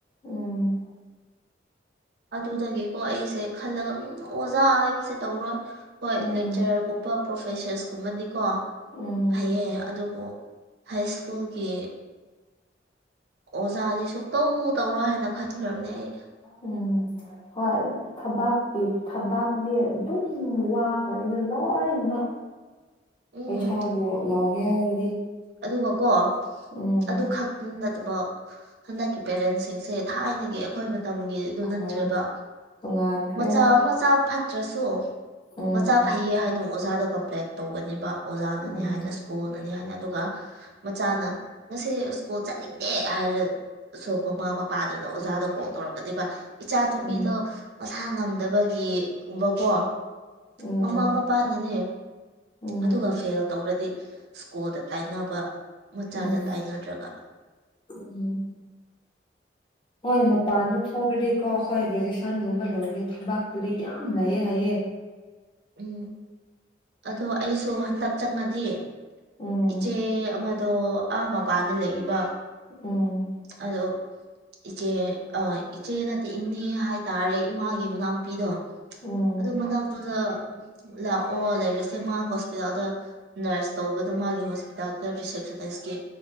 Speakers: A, on the left; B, on the right.
A: ꯎꯝ
B: ꯑꯗꯨꯗꯒꯤꯀꯣ ꯑꯩꯁꯦ ꯈꯜꯂꯒ ꯎꯝ ꯑꯣꯖꯥ ꯍꯥꯏꯕꯁꯦ ꯇꯧꯔꯣꯏ ꯍꯣꯏ
A: ꯎꯝ
B: ꯂꯦꯛꯆꯔꯔꯒꯨꯝꯕ ꯄ꯭ꯔꯣꯐꯦꯁꯔꯁꯀꯨꯝꯕꯗꯤ ꯀꯣ
A: ꯎꯝ
B: ꯐꯩꯌꯦ ꯑꯗꯨꯕꯨ ꯍꯥꯏꯁ꯭ꯀꯨꯜꯒꯤ ꯑꯣꯖꯥꯗꯤ ꯁꯨꯛꯇꯧ ꯇꯧꯔꯣꯏ ꯍꯥꯏꯅ ꯈꯟꯈ꯭ꯔꯕꯅꯦ ꯑꯩ
A: ꯎꯝ ꯍꯣꯏ ꯊꯕꯥꯛꯀꯤ ꯊꯕꯥꯛꯗꯤ ꯑꯗꯨꯝ ꯋꯥꯈ꯭ꯔꯦꯗ ꯂꯣꯏꯅꯃꯛ
B: <inaudible> ꯎꯝ
A: ꯄꯩꯁꯥꯕꯨ ꯂꯧꯥꯎꯒꯦ ꯍꯥꯏꯔꯗꯤ
B: ꯑꯗꯨꯒ ꯀꯣ
A: ꯎꯝ
B: ꯑꯗꯨ ꯈꯛ ꯅꯠꯇꯕ ꯍꯟꯗꯛꯀꯤ ꯄꯦꯔꯦꯟꯁꯤꯡꯁꯦ ꯊꯥꯏꯅꯒꯤ ꯑꯩꯈꯣꯏ ꯃꯇꯝꯒꯤ ꯗꯨ ꯅꯠꯇ꯭ꯔꯦꯕ
A: ꯑꯣ ꯇꯣꯉꯥꯟꯈ꯭ꯔꯦ
B: ꯃꯆꯥ
A: ꯍꯣꯏ
B: ꯃꯆꯥ ꯐꯠꯇ꯭ꯔꯁꯨ
A: ꯎꯝ
B: ꯃꯆꯥ ꯐꯩꯌꯦ ꯍꯥꯏꯅ ꯑꯣꯖꯥꯗ ꯀꯝꯄ꯭ꯂꯦꯟ ꯇꯧꯒꯅꯦꯕ ꯑꯣꯖꯥꯅꯅꯦ
A: ꯎꯝ
B: ꯍꯥꯏꯅ ꯁ꯭ꯀꯨꯜ ꯅꯤ ꯍꯥꯏꯅ ꯑꯗꯨꯒ ꯃꯆꯥꯅ ꯉꯁꯤ ꯁ꯭ꯀꯨꯜ ꯆꯠꯅꯤꯡꯗꯦ ꯍꯥꯏꯔ ꯁꯨ ꯃꯃꯥ ꯃꯄꯥꯗꯨꯅ ꯑꯣꯖꯥꯗ ꯀꯣꯜ ꯇꯧꯔꯛꯀꯅꯦꯕ ꯏꯆꯥ ꯅꯨꯨꯄꯤꯗꯣ
A: ꯎꯝ
B: ꯃꯁꯥ ꯉꯝꯗꯕꯒꯤꯒꯨꯝꯕꯀꯣ
A: ꯎꯝ
B: ꯃꯃꯥ ꯃꯄꯥꯅꯅꯦ
A: ꯎꯝ
B: ꯑꯗꯨꯒ ꯐꯦꯜ ꯇꯧꯔꯗꯤ ꯁ꯭ꯀꯨꯜꯗ ꯇꯥꯏꯅꯕ ꯃꯆꯥꯗ
A: ꯎꯝ
B: ꯇꯥꯏꯅꯗ꯭ꯔꯒ
A: ꯎꯝ ꯍꯣꯏ ꯃꯄꯥꯟꯗ ꯊꯣꯛꯈꯗꯤꯀꯣ ꯑꯈꯣꯏ ꯒ꯭ꯔꯦꯖꯨꯑꯦꯁꯟꯒꯨꯝꯕ ꯂꯣꯏꯔꯗꯤ ꯊꯕꯥꯛꯄꯨꯗꯤ ꯌꯥꯝ ꯂꯩꯑꯦ ꯍꯥꯏꯌꯦ
B: ꯎꯝ ꯑꯗꯣ ꯑꯩꯁꯨ ꯍꯟꯗꯛ ꯆꯪꯉꯗꯤ
A: ꯎꯝ
B: ꯏꯆꯦ ꯑꯃꯗꯣ ꯑꯥ ꯃꯄꯥꯟꯗ ꯂꯩꯌꯦꯕ
A: ꯎꯝ
B: ꯑꯗꯣ ꯏꯆꯦ ꯑ ꯥꯏꯆꯦ ꯏꯅꯦ ꯍꯥꯏꯇꯥꯔꯦ ꯏꯃꯥꯒꯤ ꯃꯅꯥꯎꯅꯨꯄꯤꯗꯣ
A: ꯎꯝ
B: ꯑꯗꯨ ꯃꯅꯥꯛꯇꯨꯗ ꯂꯥꯛꯑꯣ ꯂꯩꯔꯁꯦ ꯃꯥ ꯍꯣꯁꯇꯦꯜꯗ ꯅꯔꯁ ꯇꯧꯕꯗꯣ ꯃꯥꯒꯤ ꯍꯣꯁꯄꯤꯇꯥꯜꯗ ꯔꯤꯁꯦꯞꯁꯟꯅꯤꯁꯀꯤ